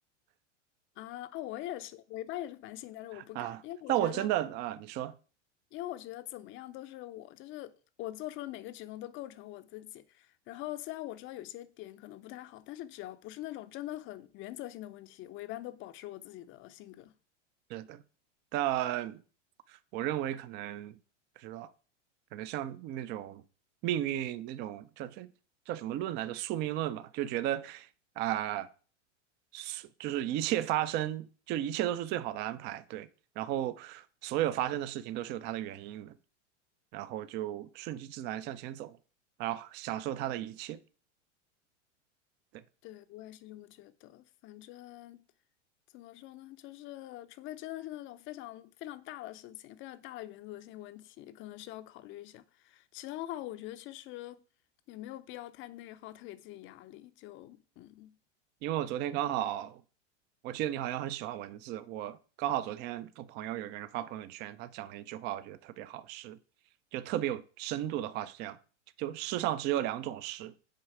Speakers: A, on the left; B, on the right.
A: 啊啊，我也是，我一般也是反省，但是我不敢，
B: 啊，
A: 因为我觉得。
B: 那我真的啊，你说。
A: 因为我觉得怎么样都是我，就是我做出的每个举动都构成我自己。然后虽然我知道有些点可能不太好，但是只要不是那种真的很原则性的问题，我一般都保持我自己的性格。
B: 是的，但我认为可能不知道，可能像那种命运那种叫这叫什么论来着？宿命论吧，就觉得啊，宿就是一切发生，就一切都是最好的安排，对。然后所有发生的事情都是有它的原因的，然后就顺其自然向前走，然后享受它的一切。对。
A: 对，我也是这么觉得。反正怎么说呢，就是除非真的是那种非常非常大的事情，非常大的原则性问题，可能需要考虑一下。其他的话，我觉得其实也没有必要太内耗，太给自己压力。就嗯。
B: 因为我昨天刚好，我记得你好像很喜欢文字，我刚好昨天我朋友有一个人发朋友圈，他讲了一句话，我觉得特别好，是就特别有深度的话是这样，就世上只有两种事，